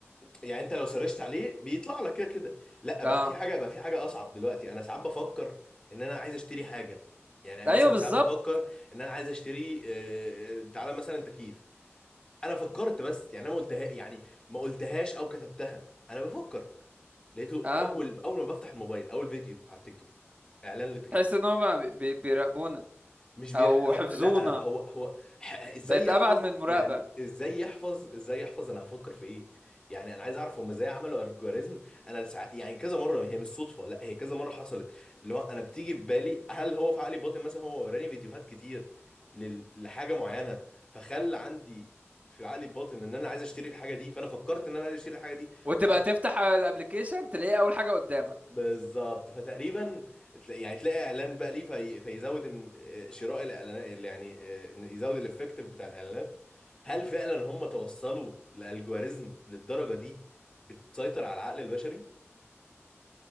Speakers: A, on the left (about 20°); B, on the right (about 30°).
A: يعني انت لو سرشت عليه بيطلع لك كده كده لا
B: اه
A: بقى في حاجه بقى في حاجه اصعب دلوقتي انا ساعات بفكر ان انا عايز اشتري حاجه يعني
B: ايوه
A: مثلا
B: بالظبط
A: ساعات بفكر ان انا عايز اشتري آه، آه، تعالى مثلا تكييف انا فكرت بس يعني انا ما قلتها يعني ما قلتهاش او كتبتها انا بفكر لقيته
B: اه
A: اول اول ما بفتح الموبايل اول فيديو على التيك توك اعلان للتكييفات
B: تحس ان هم بيراقبونا
A: مش بير...
B: او
A: هو...
B: حفظونا
A: لا هو هو ح... ازاي
B: بقت
A: يحفظ
B: ابعد من المراقبه
A: يعني ازاي يحفظ ازاي يحفظ انا هفكر في ايه يعني انا عايز اعرف هم ازاي عملوا الجوريزم انا سع... يعني كذا مره هي مش صدفه لا هي كذا مره حصلت اللي هو انا بتيجي ببالي هل هو في عقلي باطن مثلا هو وراني فيديوهات كتير لل... لحاجه معينه فخلى عندي في عقلي الباطن ان انا عايز اشتري الحاجه دي فانا فكرت ان انا عايز اشتري الحاجه دي
B: وتبقى
A: ف...
B: تفتح الابلكيشن تلاقيه اول حاجه قدامك
A: بالظبط فتقريبا تلاقي يعني تلاقي اعلان بقى ليه في فيزود إن- آه، شراء الاعلانات اللي يعني آه، إن يزود الافكتيف بتاع الاعلانات هل فعلا هم توصلوا لالجوريزم للدرجه دي بتسيطر على العقل البشري